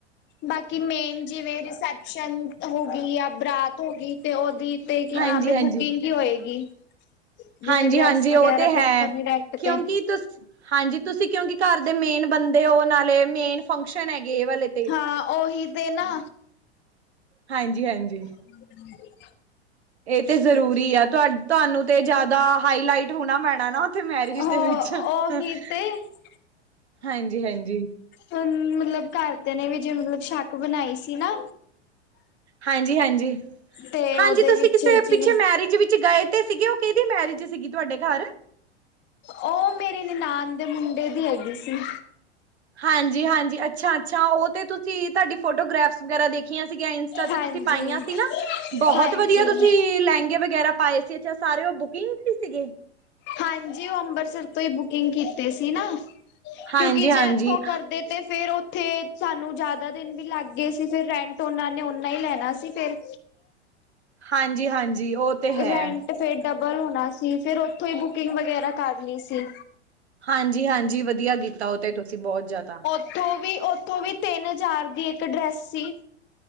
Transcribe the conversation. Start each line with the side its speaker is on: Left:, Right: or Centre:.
Left: ਬਾਕੀ ਮੇਨ ਜਿਵੇਂ ਰਿਸੈਪਸ਼ਨ ਹੋ। ਗਈ ਜਾਂ ਬਰਾਤ ਹੋ ਗਈ। ਤੇ ਓਦੀ ਤੇ ਕੀ
Right: ਹਾਂਜੀ-ਹਾਂਜੀ
Left: ਨਾਮ ਬੁਕਿੰਗ ਹੀ ਹੋਏਗੀ। ਜਿਵੇਂ
Right: ਹਾਂਜੀ,
Left: ਡਰੈਸ
Right: ਹਾਂਜੀ ਉਹ
Left: ਵਗੈਰਾ
Right: ਤੇ
Left: ਬੁੱਕ
Right: ਹੈ
Left: ਕਰਨੀ ਰੈਂਟ
Right: ਕਿਉਂਕਿ
Left: ਤੇ
Right: ਤੁ ਹਾਂਜੀ। ਤੁਸੀਂ ਕਿਉਂਕਿ ਘਰ ਦੇ ਮੇਨ ਬੰਦੇ ਹੋ ਨਾਲੇ ਮੇਨ ਫੰਕਸ਼ਨ ਹੈਗੇ ਇਹ ਵਾਲੇ ਤੇ।
Left: ਹਾਂ ਉਹੀ ਤੇ ਨਾ।
Right: ਹਾਂਜੀ, ਹਾਂਜੀ।
Left: <unintelligible> <inaudible>
Right: ਇਹ ਤੇ ਜ਼ਰੂਰੀ ਆ ਤੁਹਾ ਤੁਹਾਨੂੰ ਤੇ ਜ਼ਿਆਦਾ ਹਾਈਲਾਈਟ ਹੋਣਾ ਪੈਣਾ ਨਾ ਉੱਥੇ ਮੈਰਿਜ
Left: ਉਹ
Right: ਦੇ ਵਿੱਚ। <inaudible>
Left: <unintelligible>
Right: ਹਾਂਜੀ ਹਾਂਜੀ।
Left: ਹ ਮਤਲਬ ਘਰ ਤੇ ਨੇ ਵੀ ਜੇ ਮਤਲਬ ਸ਼ੱਕ ਬਣਾਈ ਸੀ ਨਾ
Right: ਹਾਂਜੀ, ਹਾਂਜੀ
Left: ਤੇ
Right: ਹਾਂਜੀ
Left: ਉਹਦੇ
Right: ਤੁਸੀਂ
Left: ਵਿੱਚ
Right: ਕਿਸੇ
Left: ਜਿਵੇਂ
Right: ਪਿੱਛੇ ਮੈਰਿਜ ਵਿੱਚ ਗਏ ਤੇ ਸੀਗੀ ਉਹ ਕਿਹਦੀ ਮੈਰਿਜ ਸੀਗੀ ਤੁਹਾਡੇ ਘਰ।
Left: ਉਹ ਮੇਰੀ ਨਿ ਨਾਨ ਦੇ ਮੁੰਡੇ ਦੀ ਹੈਗੀ ਸੀ।
Right: ਹਾਂਜੀ, ਹਾਂਜੀ ਅੱਛਾ, ਅੱਛਾ। ਉਹ ਤੇ ਤੁਸੀਂ ਤੁਹਾਡੀ ਫੋਟੋਗ੍ਰਾਫ ਵਗੈਰਾ ਦੇਖ ਰ ਸੀਗੀਆਂ ਇੰਸਟਾ
Left: ਹਾਂਜੀ
Right: ਤੇ ਤੁਸੀਂ ਪਾਈਆਂ ਸੀ ਨਾ ਬਹੁਤ
Left: ਹਾਂਜੀ
Right: ਵਧੀਆ ਤੁਸੀਂ ਲਹਿੰਗੇ ਵਗੈਰਾ ਪਾਏ ਸੀ ਅੱਛਾ ਸਾਰੇ ਉਹ ਬੁਕਿੰਗ ਸੀਗੇ।
Left: ਹਾਂਜੀ। ਉਹ ਅੰਮ੍ਰਿਤਸਰ ਤੋਂ ਹੀ ਬੁਕਿੰਗ ਕੀਤੀ ਸੀ ਨਾ।
Right: ਹਾਂਜੀ-ਹਾਂਜੀ,
Left: ਕਿਉਂਕਿ ਜੇ ਇੱਥੋਂ ਕਰਦੇ ਤੇ ਫੇਰ ਉਥੇ ਸਾਨੂੰ ਜ਼ਿਆਦਾ ਦਿਨ ਵੀ ਲੱਗ ਗਏ ਸੀ ਫਿਰ ਰੈਂਟ ਉਹਨਾ ਨੇ ਓਨਾ ਹੀ ਲੈਣਾ ਸੀ ਫਿਰ।
Right: ਹਾਂਜੀ- ਹਾਂਜੀ। ਉਹ ਤੇ ਹੈ।
Left: ਰੈਂਟ ਫੇਰ ਡਬਲ ਹੋਣਾ ਸੀ ਫੇਰ ਉਥੋਂ ਹੀ ਬੁਕਿੰਗ ਵਗੈਰਾ ਕਰ ਲਈ ਸੀ।
Right: ਹਾਂਜ - ਹਾਂਜੀ। ਵਧੀਆ ਕੀਤਾ ਉਹ ਤੇ ਤੁਸੀਂ ਬਹੁਤ ਜ਼ਿਆਦਾ
Left: ਉਥੋਂ ਵੀ ਉਥੋਂ ਵੀ ਤਿੰਨ ਹਜ਼ਾਰ ਦੀ ਇੱਕ ਡਰੈਸ ਸੀ।